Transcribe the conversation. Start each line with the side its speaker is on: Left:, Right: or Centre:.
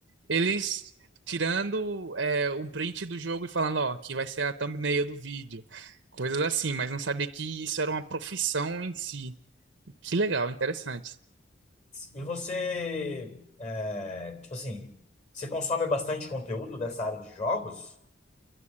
Right: eles tirando é, um print do jogo e falando, ó, aqui vai ser a thumbnail do vídeo, coisas assim, mas não sabia que isso era uma profissão em si. Que legal, interessante.
Left: E você, é, tipo assim, você consome bastante conteúdo dessa área de jogos?